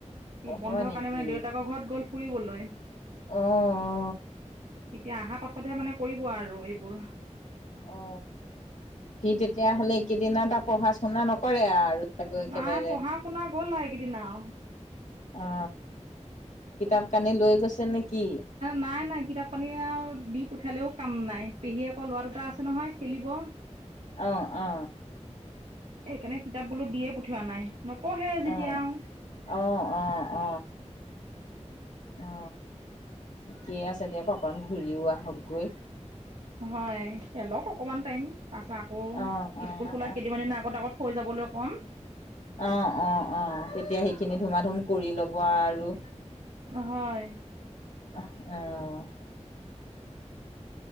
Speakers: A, on the right; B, on the left.
A: সি
B: অ
A: বন্ধৰ
B: হয় নেকি
A: কাৰণে মানে দেউতাকৰ ঘৰত গ'ল ফুৰিবলৈ।
B: অ।
A: এতিয়া অহাৰ পাছতহে মানে কৰিব আৰু এইবোৰ।
B: অ সি তেতিয়া হ'লে এইকেইদনা তাৰ পঢ়া শুনা নকৰে আৰু। গৈ একেবাৰে
A: নাই পঢ়া শুনা গ'ল আও এইকেইদিন আও।
B: অ কিতাপ কানি লৈ গৈছে নেকি?
A: নাই নাই কিতাপ পানী আৰু দি পঠিয়ালেও কাম নাই পেহীয়েকৰ ল'ৰা দুটা আছে নহয় খেলিব। <unintelligible>
B: অ অ।
A: সেইকাৰণে কিতাপ বোলো দিয়ে পঠিওৱা নাই নপহে
B: অ',
A: যেতিয়া আও
B: অ অ অ। অ ঠিকে আছে দিয়ক অকণ ঘূৰিও আহকগৈ।
A: হয়। খেলক অকণমান টাইম, তাৰপিছত আকৌ
B: অ', অ', অ',
A: স্কুল খোলা কেইদিনমান দিন আগত আগত থৈ যাবলৈ ক'ম।
B: অ অ অ তেতিয়া সেইখিনি ধুমা ধুম কৰি ল'ব আৰু।
A: হয়।
B: অ এঅ